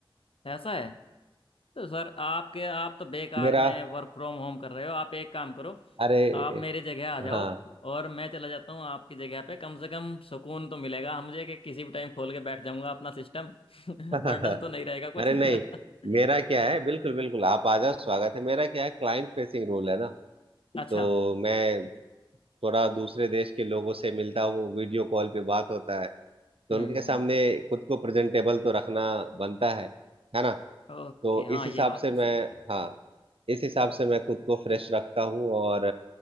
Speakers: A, on the left; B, on the right.
A: ऐसा है तो सर आपके आप तो बेकार
B: मेरा
A: में वर्क फ्रॉम होम कर रहे हो आप एक काम करो
B: अरे
A: आप मेरी जगह आ जाओ
B: हाँ
A: और मैं चला जाता हूँ आपकी जगह पे कम से कम सुकून तो मिलेगा मुझे कि किसी भी टाइम खोल के बैठ जाऊंगा अपना सिस्टम <laughs>
B: <laughs>
A: बर्डन तो नहीं रहेगा कुछ
B: अरे नहीं
A: <laughs>
B: मेरा क्या है बिल्कुल बिल्कुल आप आ जाओ स्वागत है मेरा क्या है क्लाइंट फेसिंग रोल है ना
A: अच्छा
B: तो मैं थोड़ा दूसरे देश के लोगों से मिलता हूँ वीडियो कॉल पे बात होता है तो
A: हम्म
B: उनके सामने खुद को प्रेजेंटेबल तो रखना बनता है है ना
A: ओके
B: तो
A: हाँ
B: इस हिसाब
A: ये बात
B: से
A: तो
B: मैं
A: सही है कि
B: हाँ इस हिसाब से मैं खुद को फ्रेश रखता हूँ और